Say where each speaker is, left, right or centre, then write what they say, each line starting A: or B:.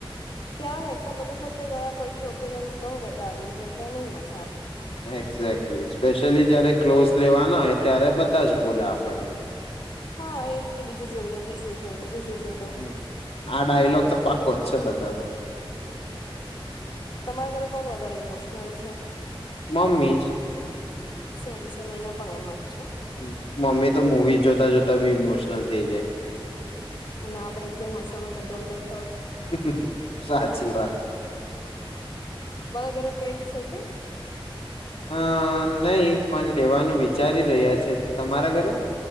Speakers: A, on the left; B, on the left.
A: ક્યારે પણ બધા સાથે ગયા પછી ઓપિનિયન્સ બહુ બધા આવી છે એટલે નહી મળ
B: એક્ઝેક્ટ. લી, સ્પેશિયલી જયારે ક્લોથ્સ લેવાના હોય ત્યારે બધા જ બોલે આપણને
A: હા એજ કે બીજું જોઈ લો, બીજું જોઈ લો, બીજું જોઈ લો.
B: હમ આ ડાયલોગ તો પાકો જ છે બધાનો.
A: તમારા ઘરે કોણ વધારે ઇમોશન નલ છે?
B: મમ્મીજ.
A: સેમ સેમ, અહિયાં પણ એમ જ. છે
B: હ મમ્મી તો મુવીઝ જોતા જોતા બી ઇમોશનલ થઈ જાય.
A: અને આપડે એકદમ હસવાનું કંટ્રોલ કર
B: હં હં હં, સાચી વાત.
A: તમારા ઘરે પેટ છે કે?
B: અંમ નહીં, પણ લેવાનું વિચારી રહ્યા છે, તમારા ઘરે?